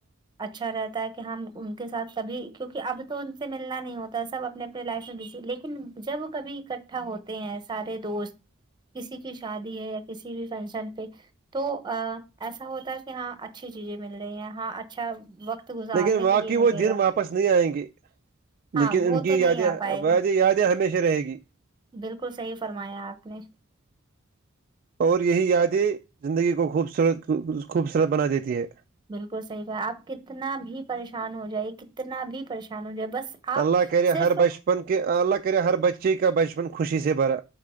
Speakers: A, on the right; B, on the right.
A: اچھا رہتا ہے کہ ہم ان کے ساتھ کبھی کیونکہ اب تو ان سے ملنا نہیں ہوتا ہے سب اپنے اپ لائف میں بزی لیکن جب کبھی اکٹھا ہوتے ہیں سارے دوست کسی کی شادی ہے یا کسی بھی فنکشن پہ تو ایسا ہوتا ہے کہ ہاں اچھی چیزیں مل رہی ہیں ہاں اچھا وقت گزارنے
B: لیکن
A: کے
B: واقی
A: لیے ملے
B: وہ دن
A: گا
B: واپس نہیں آئیں گے
A: ہاں
B: لیکن
A: وہ
B: ان کی
A: تو
B: یادیںدیں
A: نہیں آ پائے گا
B: یادیں ہمیشہ رہے گی
A: بالکل صحیح فرمایا آپ نے
B: اور یہی یادیں زندگی کو خوبصورت خوبصورت بنا دیتی ہے
A: بالکل صحیح با آپ کتنا بھی پریشان ہو جائی کتنا بھی پریشان ہو جائے بس آپ
B: اللہ کرے
A: صرف
B: ہر بچپن کے اللہ کرے ہر بچے کا بچپن خوشی سے بھرا